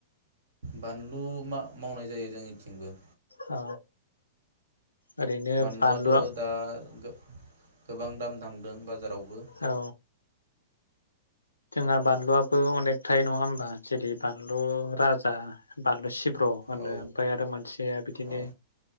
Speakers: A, on the right; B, on the left.
A: बानलु मा-मावनाय जायो जोंनिथिंबो।
B: औ। ओरैनो
A: बानलुआथ'
B: बानलुआ
A: दा गोबां दाम। बांदों बाजारावबो।
B: औ जोंहा बानलुआबो अनेक थायो नङा होमबा जेरै बानलु राजा बानलु सि <unintelligible>
A: औ
B: आरो मोनसे बिदिनो
A: औ